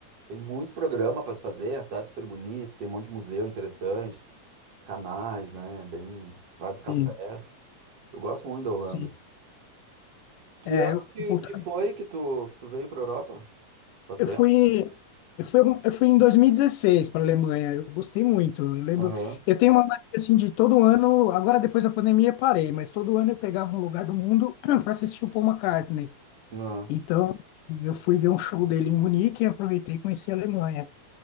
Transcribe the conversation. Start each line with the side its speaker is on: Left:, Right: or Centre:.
Right: tem muito programa para se fazer, a cidade é super bonita, tem um monte de museu interessante, canais, né, bem, vários cafés.
Left: Sim,
Right: Eu gosto muito da Holanda.
Left: sim.
Right: Que
Left: É,
Right: ano
Left: eu,
Right: que,
Left: voltando,
Right: que foi que tu, que tu veio para Europa? Faz
Left: eu
Right: tempo?
Left: fui, eu fui, algum- eu fui em 2016 para a Alemanha, eu gostei muito, eu lembro,
Right: Aham.
Left: eu tenho uma mania, assim, de todo ano, agora depois da pandemia parei, mas todo ano eu pegava um lugar do mundo <clears throat> para assistir o Paul McCartney,
Right: Ah.
Left: Então, eu fui ver um show dele em Munique e aproveitei e conheci a Alemanha.